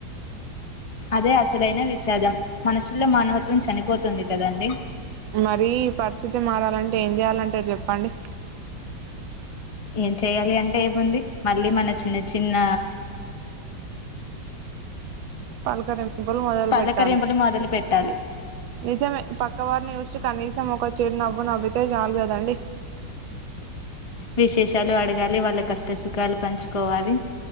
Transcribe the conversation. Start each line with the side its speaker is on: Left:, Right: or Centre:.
Left: అదే అసలైన విషాదం మనుషుల్లో మానవత్వం చనిపోతుంది కదండి
Right: మరీ పరిస్థితి మారాలంటే ఏం చేయాలంటారు చెప్పండి
Left: ఏం చెయ్యాలి అంటే అయిపోంది మళ్ళీ మన చిన్న చిన్న
Right: పల్కరిం పులు మొదలు
Left: పలకరింపులు
Right: పెట్టాలి
Left: మొదలు పెట్టాలి
Right: నిజమే పక్కవారిని చూసి కనీసం ఒక చిరు నవ్వు నవ్వితే చాలు కదండి
Left: విశేషాలు అడగాలి వాళ్ళ కష్ట సుఖాలు పంచుకోవాలి